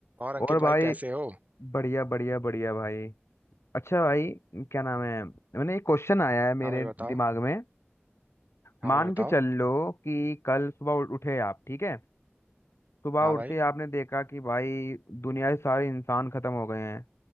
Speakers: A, on the right; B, on the left.
A: और अंकित
B: और भाई
A: भाई कैसे हो
B: बढ़िया बढ़िया बढ़िया भाई अच्छा भाई क्या नाम है मैंने एक क्वेश्चन आया है मेरे
A: हाँ भाई बताओ
B: दिमाग में
A: हाँ
B: मान
A: भाई बताओ
B: के चल लो कि कल सुबह उ- उठे आप ठीक है सुबह
A: हाँ
B: उठते
A: भाई
B: ही आपने देखा कि भाई दुनिया के सारे इंसान खत्म हो गए हैं